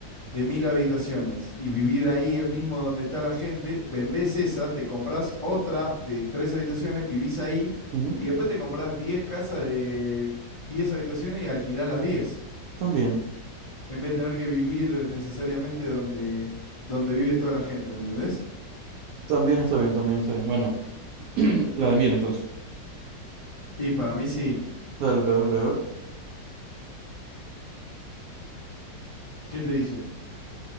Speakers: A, on the left; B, on the right.
A: de mil habitaciones y vivir ahí el mismo donde está la gente, vendés esa, te compras otra de tres habitaciones, vivís ahí
B: Ujú,
A: y después te compras 10 casas de 10 habitaciones y alquilás las 10
B: También,
A: en vez de tener que vivir necesariamente donde, donde vive toda la gente, ¿me entendés?
B: también está bien, también está bien. Bueno, <clears throat> la de miel entonces.
A: Y para mí sí.
B: Dale, pues, dale, pues, a ver.
A: ¿Qué te dice?